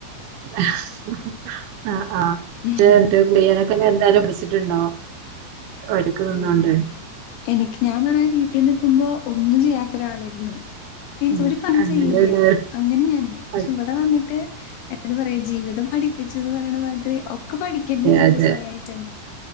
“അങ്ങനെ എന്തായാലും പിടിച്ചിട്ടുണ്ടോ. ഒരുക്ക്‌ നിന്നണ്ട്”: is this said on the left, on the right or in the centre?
Right